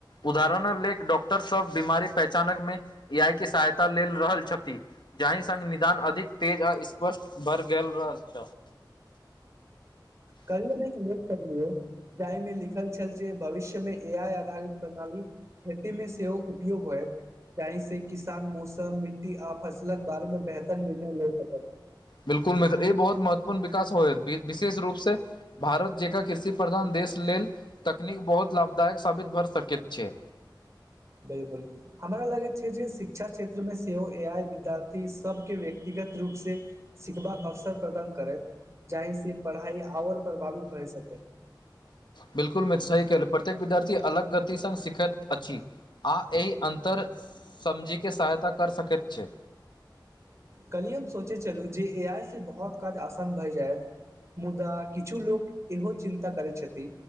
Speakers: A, on the left; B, on the right.
A: उदाहरण लेक डॉक्टर सब बीमारी पहचानक मे ए आइ के सहायता ले रहल छथि जाहि सङ्ग निदान अधिक तेज आ स्पष्ट बढ़ गेल रहल छल
B: कल्हि हम एक लेख पढ़लियौ जाहिमे लिखल छल जे भविष्य मे ए आइ आधारित प्रणाली खेती मे सेहो उपयोग होय जाहि से किसान मौसम मिट्टी आ फसलक बारे में बेहतर निर्णय ले सकत
A: बिल्कुल मित्र ई बहुत महत्वपूर्ण विकास होयत विशेष रूप से भारत जकरा कृषि प्रधान देश लेल तकनीक बहुत लाभदायक साबित भऽ सकैत छै
B: बिलकुल हमरा लागैत छै जे शिक्षा क्षेत्रमे सेहो ए आइ विद्यार्थी सबके व्यक्तिगत रूप से सिखबाक अवसर प्रदान करै जाहिसँ पढ़ाइ आओर प्रभावित भए सकै
A: बिल्कुल मित्र सही कहली प्रत्येक विद्यार्थी अलग गतिसँ सीखैत अछि आ एहि अन्तर समझीके सहायता कर सकैत छै
B: कल्हि हम सोचैत छलू जे ए आइ से बहुत काज आसान भए जायत मुदा किछु लोक इहो चिन्ता करैत छथि